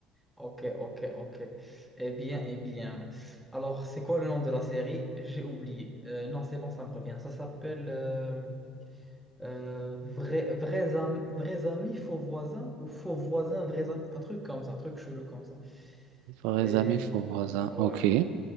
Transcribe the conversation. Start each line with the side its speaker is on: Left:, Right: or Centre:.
Centre: ok, ok, ok. Eh bien, eh bien. Alors, c'est quoi le nom de la série? J'ai oublié. Euh, non, c'est bon, ça me revient. Ça s'appelle... euh, Euh, vrai- vrais, am- vrais amis, faux voisins ou faux voisins, vrais amis. Un truc comme ça, un truc chelou comme ça.
Right: Vrais
Centre: Et
Right: amis, faux voisins.
Centre: ouais,
Right: OK.